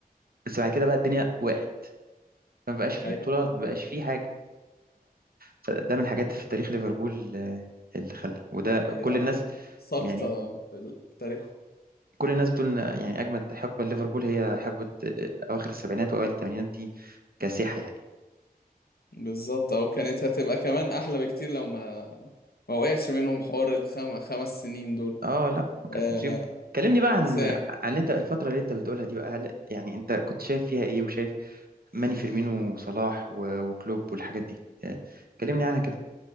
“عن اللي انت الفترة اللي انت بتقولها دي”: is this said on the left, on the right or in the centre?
Right